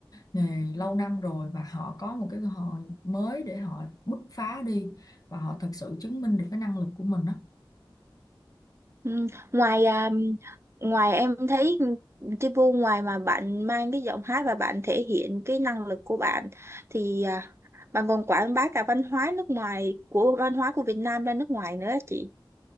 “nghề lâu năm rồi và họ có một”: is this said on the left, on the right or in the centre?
Left